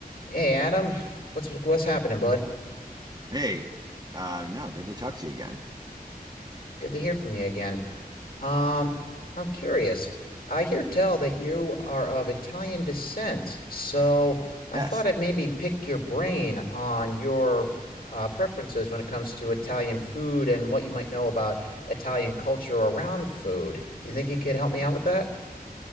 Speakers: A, on the left; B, on the right.
A: Hey Adam, what's what's happening, bud?
B: Hey, uh, no, good to talk to you again.
A: Good to hear from you again. Um, I'm curious. I hear tell that you are of Italian descent, so I
B: Yes.
A: thought I'd maybe pick your brain on your uh, preferences when it comes to Italian food and what you might know about Italian culture around food. Do you think you could help me out with that?